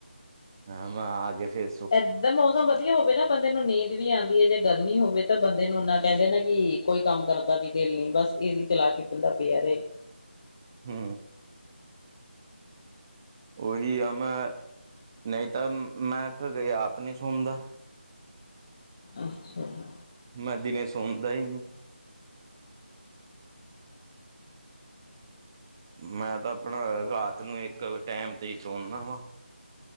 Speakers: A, on the right; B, on the left.
A: ਹਾਂ ਮੈਂ ਆ ਕੇ ਫਿਰ,
B: ਇੱਧਰ ਤਾ ਮੌਸਮ ਹੋਵੇ ਨਾ ਬੰਦੇ ਨੂੰ ਨੀਂਦ ਵੀ ਆਂਦੀ ਐ ਜੇ ਗਰਮੀ ਹੋਵੇ ਤਾਂ ਬੰਦੇ ਨੂੰ ਇਨਾ ਕਹਿੰਦੇ ਨਾ ਕਿ ਕੋਈ ਕੰਮ ਕਰ ਦਾ ਵੀ ਦਿਲ ਨੀ ਬਸ ਏਸੀ ਚਲਾ ਕੇ ਬੰਦਾ ਪਿਆ ਰਹੇ।
A: ਹੂੰ, ਓਹੀ ਆ ਮੈਂ ਨਹੀਂ ਤਾਂ ਮੈਂ ਕਦੇ ਆਪ ਨਹੀਂ ਸੌਂਦਾ।
B: ਅੱਛਾ ਜੀ।
A: ਮੈਂ ਦਿਨੇ ਸੌਂਦਾ ਹੀ ਨੀ। ਮੈਂ ਤਾਂ ਆਪਣਾ ਰਾਤ ਨੂੰ ਇੱਕ ਟੈਮ ਹੀ ਸੌਂਦਾ ਵਾਂ।